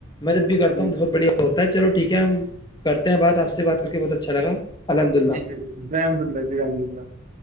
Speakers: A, on the left; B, on the right.
A: میں جب بھی کرتا
B: جی
A: ہوں
B: جی
A: بہت بڑھیا ہوتا ہے چلو ٹھیک ہے ہم کرتے ہیں بات آپ سے بات کر کے بہت اچھا لگا الحمد للہ
B: <inaudible>